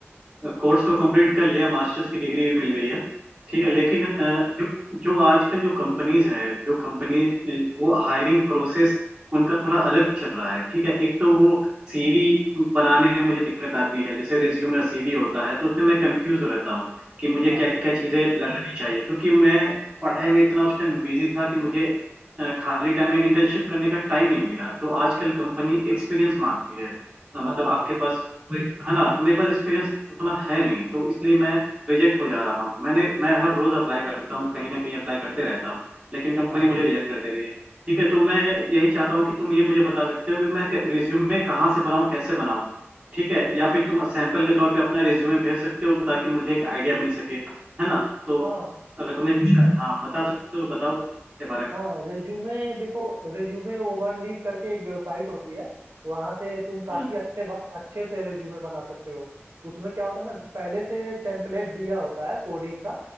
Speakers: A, on the right; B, on the right.
A: कोर्स तो कंप्लीट कर लिया मास्टर्स की डिग्री भी मिल गई है ठीक
B: हाँ
A: है लेकिन अ, जो जो आजकल जो कंपनीज हैं जो कंपनीज वो हायरिंग प्रोसेस उनका थोड़ा अलग चल रहा है ठीक है एक तो वो सीवी बनाने में मुझे दिक्कत आती है जैसे रिज्यूमे और सीवी होता है तो उसमें मैं कंफ्यूज रहता हूँ कि मुझे
B: हाँ
A: क्या क्या चीज़ें लगानी चाहिए क्योंकि मैं पढ़ाई में इतना उस टाइम बिजी था कि मुझे अ, खाली टाइम में इंटर्नशिप करने का टाइम नहीं मिला तो आजकल कंपनी एक्सपीरियंस मांगती है अ, मतलब
B: हाँ
A: आपके पास कोई है ना तो मेरे पास एक्सपीरियंस उतना है नहीं तो इसलिए मैं रिजेक्ट हो जा रहा हूँ मैंने मैं हर रोज अप्लाई करता हूँ कहीं ना कहीं अप्लाई करते रहता हूँ लेकिन कंपनी
B: हाँ
A: मुझे रिजेक्ट कर दे रही है ठीक है तो मैं यही चाहता हूँ कि तुम ये मुझे बता सकते हो कि मैं रिज्यूमे कहाँ से बनाऊँ कैसे बनाऊँ ठीक है या फिर तुम सैंपल के तौर पे अपना रिज्यूमे भेज सकते हो ताकि मुझे एक आइडिया मिल सके है ना तो
B: हाँ
A: अगर तुम्हें कुछ हाँ बता सकते हो तो बताओ के बारे में
B: हाँ रिज्यूमे देखो रिज्यूमे ओवरलीप करके एक वेबसाइट होती है वहां से तुम काफी
A: हम्म।
B: अच्छे बा- अच्छे से रिज्यूमे बना सकते हो उसमें क्या होता है ना कि पहले से टेम्पलेट दिया होता है कोडिंग का